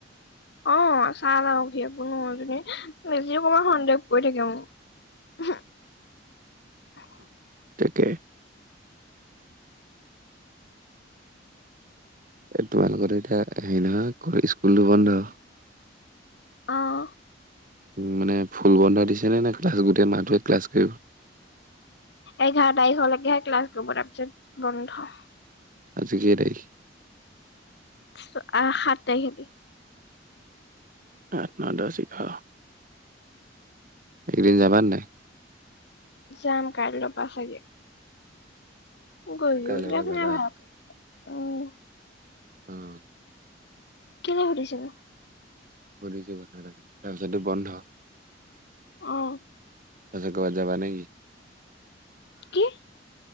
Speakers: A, on the left (about 65°); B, on the right (about 50°).
A: অ', <unintelligible> সন্দেহ কৰি থাকে মোক।
B: তাকে। এ তোমালোকৰ এতিয়া হেৰি নহয় স্কুলটো বন্ধ।
A: আহ।
B: মানে ফুল বন্ধ দিছেনে নে ক্লাছ গোটেই মাহটোৱে ক্লাছ কৰিব?
A: এঘাৰ তাৰিখলৈকেহে ক্লাছ কৰিব। তাৰপিছত বন্ধ।
B: আজিকেই তাৰিখ?
A: সাত তাৰিখে।
B: আঠ ন দহ এঘাৰ। এইকেই দিন যাবা নাই?
A: যাম কাইলৈ পা ছাগে। গৈও
B: কাইলৈৰ
A: ভাল
B: পৰা যাবা
A: নাই হোৱা উম।
B: উম।
A: কেলে সুধিছেনো?
B: সুধিছো কথা এটা তাৰপিছত বন্ধ।
A: আহ।
B: তাৰ পিছত ক'ৰবাত যাবা নে কি?
A: কি?